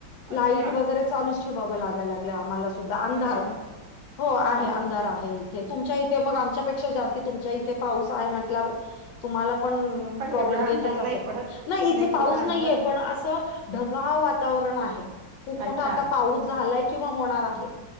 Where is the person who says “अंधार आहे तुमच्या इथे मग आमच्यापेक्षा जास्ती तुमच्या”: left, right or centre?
Left